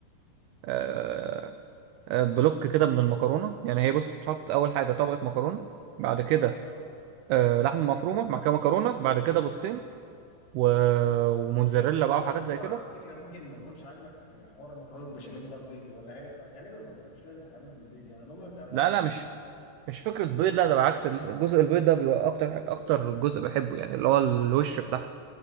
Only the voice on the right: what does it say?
آه، آه، بلوك كده من المكرونه يعني هي بص بتحط اول حاجه طبقه مكرونه بعد كده
آه لحمه مفرومه مع كده مكرونه بعد كده بيضتين و... وموتزاريلا بقى
وحاجات
زي كده
لا
لا مش
مش فكره بيض لا ده بالعكس الجزء البيض ده بيبقى اكتر اكتر جزء بحبه يعني اللي هو الوش بتاعها